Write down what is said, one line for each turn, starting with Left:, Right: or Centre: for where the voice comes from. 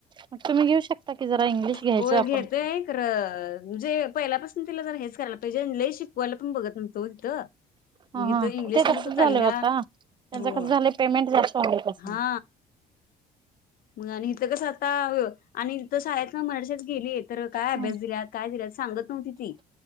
Right: मग तुम्ही घेऊ शकता की जरा इंग्लिश घ्यायचं
Left: होय
Right: आपण
Left: घेतोय खरं जे पहिल्यापासून तिला जर हेच करायला पाहिजे लय शिकवायला पण बघत न्हतो तिथं मग
Right: ह हा
Left: इथं इंग्लिश
Right: ते कसच
Left: कसं तर चालल्या
Right: झालं होता त्याच
Left: हो
Right: कस झालं पेमेंट जास्त वा कस
Left: हा मग आणि हिथं कसं आता आणिथ शाळेत ना मरासेच गेली तर काय
Right: हम्म
Left: अभ्यास दिल्यात काय दिल्यात सांग सांगत नव्ह ति ती